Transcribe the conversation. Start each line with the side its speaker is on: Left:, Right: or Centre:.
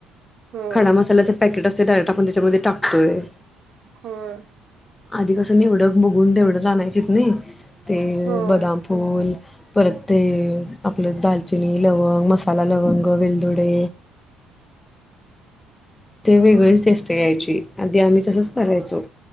Right: होय
Left: खडा मसाल्याचे पॅकेट असतय. डायरेक्ट आपण त्याच्यामध्ये टाकतोय.
Right: होय
Left: आधी कसं निवड बघून तेवडं आणायचीत नाही. ते
Right: होय
Left: बदाम पूल परत ते आपलं दालचिनी लवंग मसाला लवंग वेलदुडे ते
Right: हम्म
Left: वेगळीच टेस्ट या्यायची आधी आम्ही तसंच करायचो.